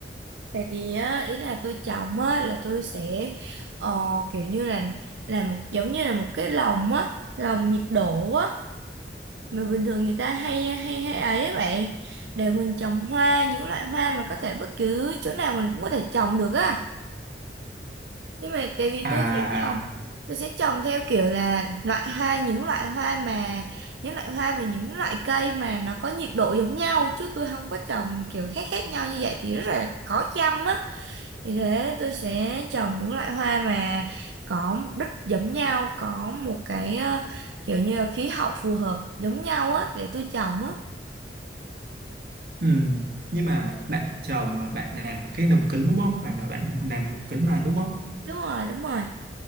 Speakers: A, on the right; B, on the right.
A: tại vì á ý là tôi trồng á là tôi sẽ ờ, kiểu như là là một giống như là một cái lồng á lồng nhiệt độ á mà bình thường người ta hay hay hay ấy á bạn để mình trồng hoa những loại hoa mà có thể bất cứ chỗ nào mình cũng có thể trồng được á nhưng mà tại vì
B: À,
A: tôi sẽ trồng tôi sẽ trồng theo kiểu là loại hoa những loại hoa mà những loại hoa và những loại cây mà nó có nhiệt độ giống nhau chứ tôi không có trồng kiểu khác khác nhau như vậy thì rất là khó chăm á vì thế tôi sẽ trồng những loại hoa mà có mục đích giống nhau có một cái ờ, kiểu như là khí hậu phù hợp giống nhau á để tôi trồng á
B: ừm, nhưng mà bạn trồng mà bạn làm cái lồng kính đúng không? Bạn bảo bạn làm lồng kính mà đúng không?
A: đúng rồi đúng rồi